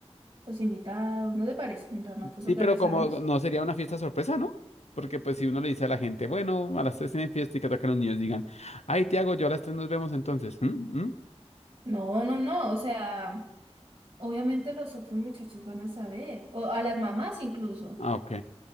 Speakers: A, on the right (about 40°); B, on the left (about 75°).
A: los invitados, ¿no te parece? Mientras nosotros
B: Sí,
A: organizamos.
B: pero como no sería una fiesta sorpresa, ¿no? Porque pues si uno le dice a la gente, bueno, a las tres tienen fiesta y que atacan los niños digan, ay, Tiago, yo a las tres nos vemos entonces. ¿Mm? ¿Mm?
A: No, no, no, o sea... Obviamente los otros muchachos van a saber, o a las mamás incluso.
B: Ah, Ok.